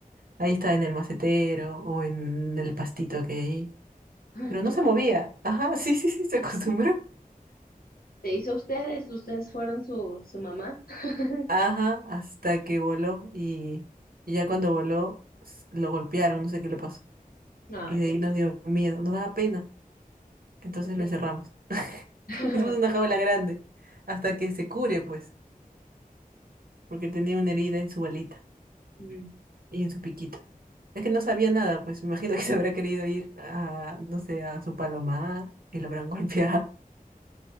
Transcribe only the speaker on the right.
Ahí estaba en el macetero o en el pastito que hay ahí.
Pero
no se
movía. Ajá, <laughs> sí, sí, sí, se acostumbró.
Ajá, hasta que voló y, y ya cuando voló s- lo golpearon, no sé qué le pasó.
Y de
ahí nos
dio miedo, nos daba pena. Entonces
lo encerramos. <laughs>
Hicimos una jaula grande hasta que se cure, pues, porque tenía una herida en su balita
y en su piquito. Es que no sabía nada, pues me imagino que se habrá querido ir a, no sé, a su palomar y lo habrán <laughs> golpeado.